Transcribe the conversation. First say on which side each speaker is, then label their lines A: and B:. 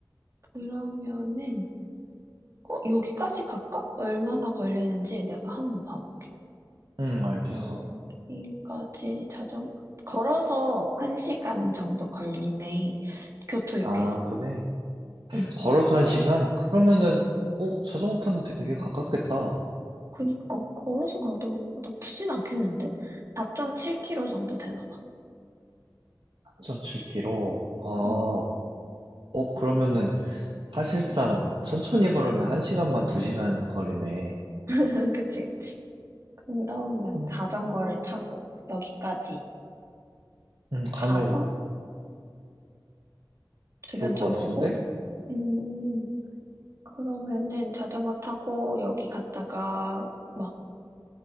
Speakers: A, on the right; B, on the right.
A: 그러면은, 어, 여기까지 갈까? 얼마나 걸리는지 내가 한번 봐볼게.
B: 응, 알겠어.
A: 여기까지 자전, 걸어서 1시간 정도 걸리네. 교토역에서.
B: 아, 그래.
A: 응.
B: 걸어서
A: 그럼
B: 한 시간? 그러면은, 어, 자전거 타면 되게 가깝겠다.
A: 그니까 걸어서 가도 나쁘진 않겠는데? 4.7km 정도 되나 봐.
B: 4.7km.
A: 어,
B: 아, 어, 그러면은, 사실상, 천천히 걸으면 한시간만두시간 거리네.
A: <laughs> 그치, 그치. 그러면
B: 음,
A: 자전거를 타고 여기까지
B: 음, 가면
A: 가서 주변
B: 좋을 것
A: 좀 보고,
B: 같은데?
A: 음, 그러면은 자전거 타고 여기 갔다가 막